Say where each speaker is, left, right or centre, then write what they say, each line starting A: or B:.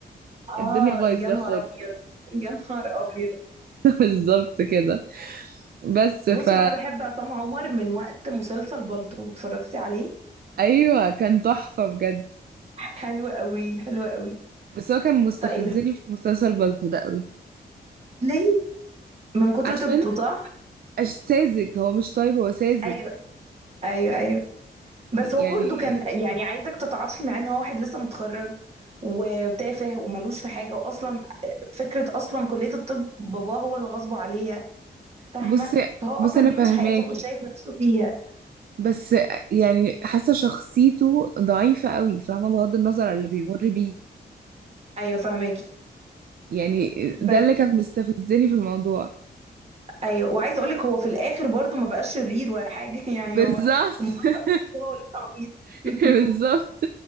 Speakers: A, on the right; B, on the right.
A: اه
B: الدنيا بايظه
A: يا نهار
B: خالص
A: ابيض يا نهار ابيض
B: <laughs> بالظبط كده بس
A: بصي
B: ف
A: وانا بحب عصام عمر من وقت مسلسل بالطو اتفرجتي عليه
B: ايوه كان تحفه بجد
A: حلو قوي حلو قوي
B: بس هو كان مستفزني
A: طيب
B: في مسلسل بالطو ده قوي
A: ليه من كتر
B: عشان
A: طيبته صح
B: أش- ساذج هو مش طيب هو ساذج
A: ايوه ايوه ايوه بس
B: يعني
A: هو برضو كان يعني عايزك تتعاطفي معاه ان هو واحد لسه متخرج وتافه وملوش في حاجه واصلا فكره اصلا كليه الطب باباه هو اللي غصبه عليها فاهمه
B: بصي
A: فهو اصلا
B: بصي انا
A: دي
B: فاهماكي
A: مش حياته ومش شايف نفسه فيها
B: بس يعني حاسه شخصيته ضعيفه قوي فاهمه بغض النظر عن اللي بيمر بيه
A: ايوه فاهماكي
B: يعني
A: بس
B: ده اللي كان مستفزني في الموضوع
A: ايوه وعايزه اقولك هو في الاخر برضو ما بقاش شرير ولا حاجه <laughs> يعني
B: بالظبط
A: هو المسلسل
B: <laughs>
A: خلص وهو لسه عبيط
B: <laughs> بالظبط
A: <laughs>